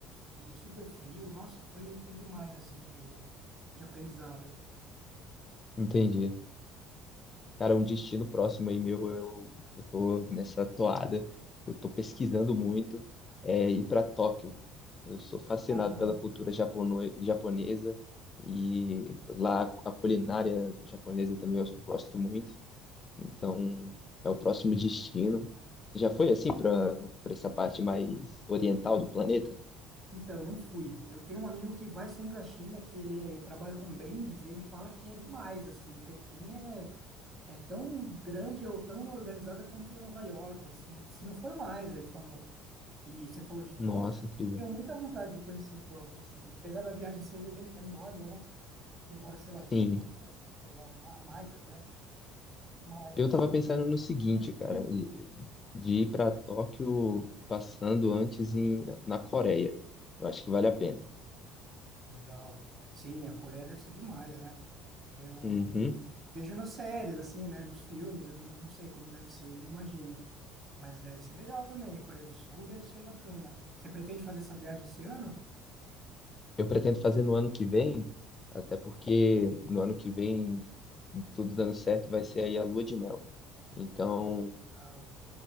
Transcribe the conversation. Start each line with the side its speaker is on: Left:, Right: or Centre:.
Right: e super frio. Nossa, foi, foi demais, assim, de, de aprendizado.
Left: Entendi. Cara, um destino próximo aí meu, eu, eu tô nessa toada. Eu tô pesquisando muito. É ir para Tóquio. Eu sou fascinado
Right: Caramba.
Left: pela cultura japono japonesa e lá a culinária japonesa também eu gosto muito. Então, é o próximo destino. Você já foi assim para para essa parte mais oriental do planeta?
Right: Então, não fui. Eu tenho um amigo que vai sempre à China, que ele trabalha com brindes, e ele fala que é demais, assim, Pequim é é tão grande ou tão organizada quanto Nova York, assim, se não for mais, ele falou. E você falou de Tóquio,
Left: Nossa, incrível.
Right: eu tenho muita vontade de conhecer Tóquio, assim, apesar da viagem ser en- enorme, né? Demora, sei lá, 18
Left: Sim,
Right: horas, sei lá, ma- mais até, mas
Left: eu tava pensando no seguinte,
Right: Hum.
Left: cara,
Right: <clears throat>
Left: de, de ir para Tóquio passando antes em, na Coreia. Eu acho que vale a pena.
Right: legal. Sim, a Coreia deve ser demais, né? Eu
Left: Uhum.
Right: vejo nas séries, assim, né? Nos filmes, eu não, não sei como deve ser, não imagino. Mas deve ser legal também. A Coreia do Sul deve ser bacana. Você pretende fazer essa viagem esse ano?
Left: Eu pretendo fazer no ano que vem, até porque no ano que vem, tudo dando certo, vai ser aí a lua de mel. Então,
Right: Ah, que legal.